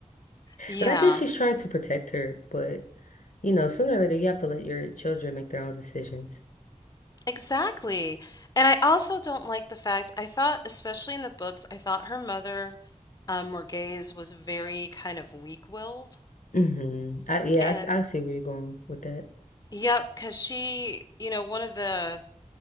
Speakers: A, on the left; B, on the left.
A: Yeah,
B: But I guess she's trying to protect her. But you know, sooner or later, you have to let your children make their own decisions.
A: exactly. And I also don't like the fact I thought, especially in the books, I thought her mother, um, Morghese was very kind of weak-willed.
B: hmm I, yeah,
A: And
B: I, s- I see where you're going with that.
A: yep, cause she, you know, one of the